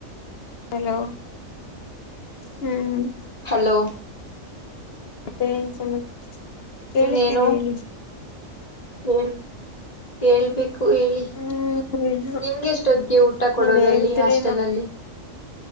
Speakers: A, on the left; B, on the left.
A: ಹಲೋ ಹ್ಮ್
B: ಹಲೋ
A: ಮತ್ತೆ ಏನ್ ಸಮ ಕೇಳಿಸ್ತಿದೆ
B: ಇನ್ನೇನು
A: ಹೇಳಿ
B: ಹೇಳ್ ಹೇಳ್ಬೇಕು ಹೇಳಿ
A: ಹ್ಮ್ ಇಲ್ಲ
B: ನಿಮ್ಗೆಷ್ಟೊದ್ಗೆ ಊಟ ಕೊಡೋದಲ್ಲಿ
A: ನೀವ್ ಹೇಳಿದ್ರೆ
B: ಹಾಸ್ಟೆಲ್ಲ್ಲಿ